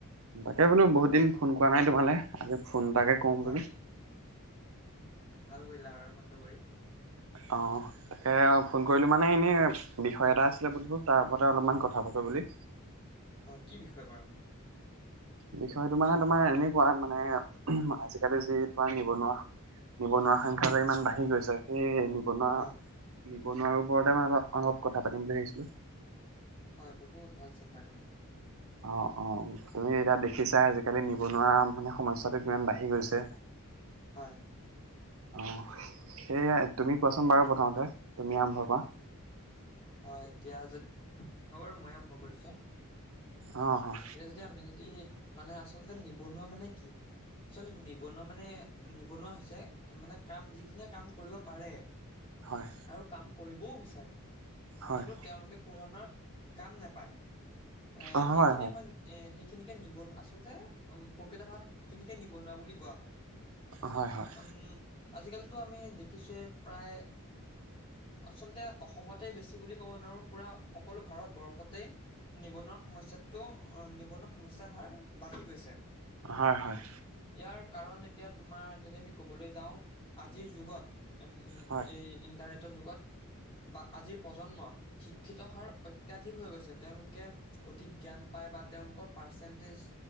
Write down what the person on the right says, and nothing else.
তাকে বোলো বহুত দিন ফোন কৰা নাই তোমালে আজি ফোনটাকে কওঁ
বোলো।
অ, তাকে ফোন কৰিলো মান মানে এনেই বিষয় এটা আছিলে বুধবো তাৰ ওপৰতে অলপমান কথা পাতো বুলি।
বিষয়টো মানে তোমাৰ এনেকুৱা মানে আজিকালি যি তোমাৰ নিবনুৱা, নিবনুৱা সংখ্যা যে ইমান বাঢ়ি গৈছে সেই। নিবনুৱা-নিবনুৱাৰ
ওপৰতে মই অপ-অলপ কথা পাতিম বুলি ভাবিছিলো।
অ', অ' তুমি এতিয়া দেখিছা আজিকালি নিবনুৱা মানে সমস্যাটো কিমান বাঢ়ি গৈছে।
অ' সেইয়া তুমি কোৱাচোন বাৰু প্ৰথমতে তুমি আৰম্ভ কৰা।
অ', হয়,
উ <inaudible>
হয়।
হয়,
অ',
হয়, হয়,
হয়-হয়।
হয়-হয়।
হয়,